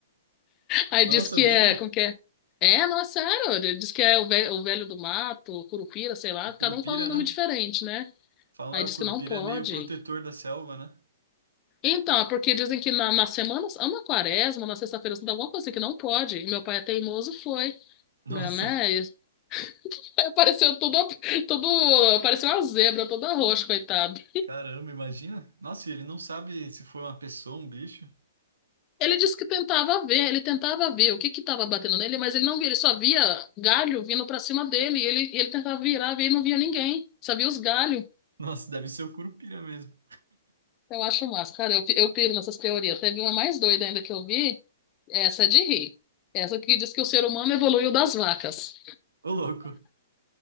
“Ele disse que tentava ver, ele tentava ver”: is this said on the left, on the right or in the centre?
Left